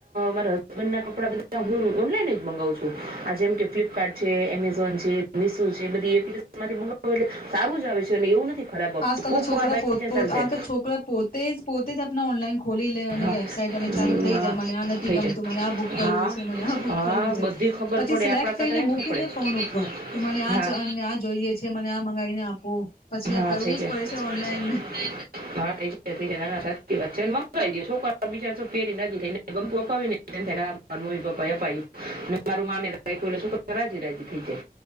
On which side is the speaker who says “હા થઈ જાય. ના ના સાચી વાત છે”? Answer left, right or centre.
Right